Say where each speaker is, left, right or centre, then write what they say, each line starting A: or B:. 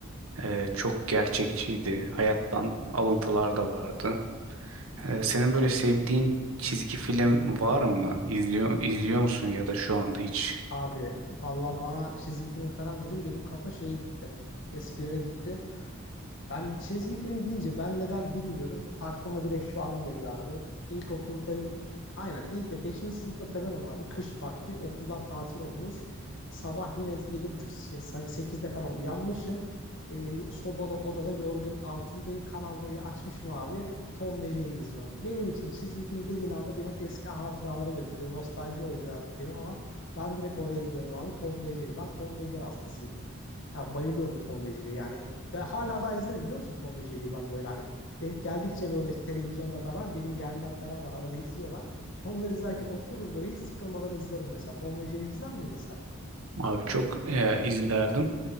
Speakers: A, on the right; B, on the left.
A: e, çok gerçekçiydi. Hayattan alıntılar da vardı. Ee, senin böyle sevdiğin çizgi film var mı? İzliyor, izliyor musun ya da şu anda hiç?
B: Abi valla bana çizgi film falan dedim benim kafa şeye gitti. Eskilere gitti. Ben çizgi film deyince ben neden bilmiyorum. Aklıma direkt şu anı geliyor abi. İlkokuldayım. Aynen ilk beşinci sınıfta falanım abi. Kış vakti okullar tatil olmuş. Sabah yine yedi buçuk şey, 8'de falan uyanmışım. Ee, sobalı odada yorgun altındayım. Kanal D'yi açmışım abi. Tom ve Jerry izliyorum. Benim için çizgi film dediğin anda beni eski hatıralara götürüyor. Nostalji oluyor birazcık benim ama ben direkt oraya gidiyorum abi. Tom ve Jerry. Ben Tom ve Jerry hastasıydım. Ya bayılıyordum Tom ve Jerry'ye. Yani de, hala daha izlerim biliyor musun Tom ve Jerry'yi ben böyle hani denk geldikçe böyle televizyonda falan benim yeğenler falan var arada izliyorlar. Onları izlerken otururum böyle hiç sıkılmadan izlerim mesela. Tom ve Jerry izler miydin sen?
A: Abi çok e, izlerdim.